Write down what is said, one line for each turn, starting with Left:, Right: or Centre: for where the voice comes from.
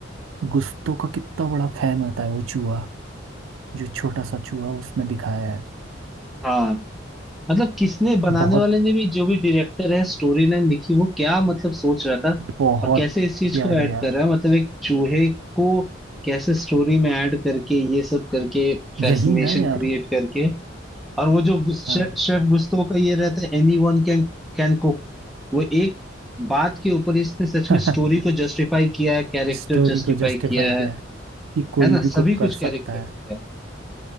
Right: गुस्तों का कितना बड़ा फैन होता है वो चूहा जो छोटा सा चूहा उसमें दिखाया है
Centre: हाँ मतलब किसने बनाने
Right: बहुत
Centre: वाले ने भी जो भी डायरेक्टर है स्टोरी लाइन लिखी वो क्या मतलब सोच रहा था
Right: बहुत
Centre: और कैसे इस चीज
Right: प्यारी
Centre: को ऐड
Right: यार
Centre: कर रहा है मतलब एक चूहे को कैसे स्टोरी में ऐड करके ये सब करके फैसिनेशन
Right: यही ना यार
Centre: क्रिएट करके और वो जो गुस-
Right: हाँ
Centre: शे, शेफ गुस्तो का ये रहता है anyone can can cook वो एक बात के ऊपर इसने सच
Right: <laughs>
Centre: में स्टोरी को जस्टिफाई किया है कैरेक्टर
Right: स्टोरी
Centre: जस्टिफाई
Right: को जस्टिफाई
Centre: किया
Right: किया
Centre: है
Right: है कि कोई
Centre: है ना
Right: भी
Centre: सभी
Right: कुक कर
Centre: कुछ कैरेक्टर
Right: सकता
Centre: किया
Right: है
Centre: है